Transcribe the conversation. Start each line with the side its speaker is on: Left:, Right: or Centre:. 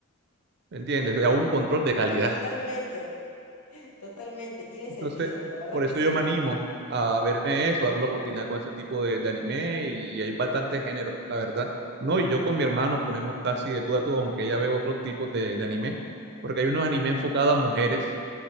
Right: ¿me ¿entiendes? hay un control de calidad.
Left: totalmente. <laughs> Totalmente,
Right: <laughs>
Left: tiene
Right: Entonces,
Left: sentido, la verdad
Right: por
Left: es
Right: eso
Left: que sí.
Right: yo me animo a verme eso, darme la oportunidad con ese tipo de, de anime y hay bastante género, la verdad. No, y yo con mi hermano ponemos casi de tú a tú, aunque ella ve otros tipos de, de anime, porque hay unos anime enfocados a mujeres